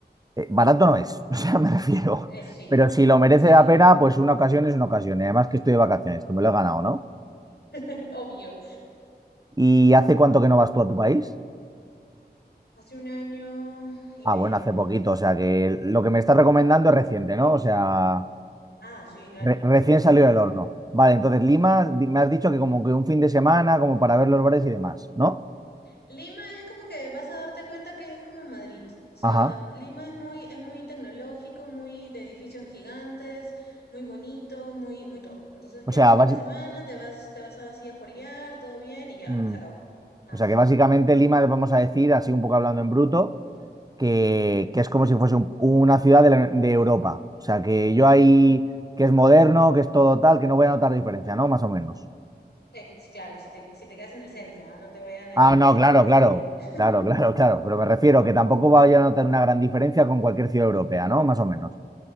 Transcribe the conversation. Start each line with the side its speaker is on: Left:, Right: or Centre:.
Right: eh, barato no es, <laughs> o sea, me refiero.
Left: eh, sí,
Right: Pero si lo merece
Left: <laughs> sí,
Right: la pena, pues una ocasión es una ocasión. Y además que estoy de vacaciones, que me lo he ganado, ¿no?
Left: <laughs> obvio.
Right: ¿Y hace cuánto que no vas tú a tu país?
Left: Hace un año y
Right: Ah,
Left: medio.
Right: bueno, hace poquito, o sea que lo que me estás recomendando es reciente, ¿no? O sea,
Left: Ah, sí, claro,
Right: re- recién
Left: claro, claro,
Right: salió
Left: claro.
Right: del horno. Vale, entonces Lima, di- me has dicho que como que un fin de semana, como para ver los bares y demás, ¿no?
Left: Lima es como que vas a darte cuenta que es como Madrid. O sea,
Right: Ajá.
Left: Lima es muy, es muy tecnológico, muy de edificios gigantes, muy bonito, muy, muy todo. Entonces quédate
Right: O sea,
Left: un fin
Right: basi-
Left: de semana, te vas, te vas así a juerguear, todo bien y ya,
Right: mm.
Left: se acabó. Nada
Right: O sea
Left: más.
Right: que básicamente Lima, vamos a decir, así un poco hablando en bruto, que, que es como si fuese un- una ciudad de, la- de Europa. O sea, que yo ahí, que es moderno, que es todo tal, que no voy a notar diferencia, ¿no? Más o menos.
Left: Eh, sí, claro, si te, si te quedas en el centro, ah, No te vayan a
Right: Ah,
Left: engañar
Right: no,
Left: y
Right: claro,
Left: te vayas
Right: claro,
Left: ahí por... <laughs>
Right: claro, <laughs> claro, claro. Pero me refiero que tampoco vaya a notar una gran diferencia con cualquier ciudad europea, ¿no? Más o menos.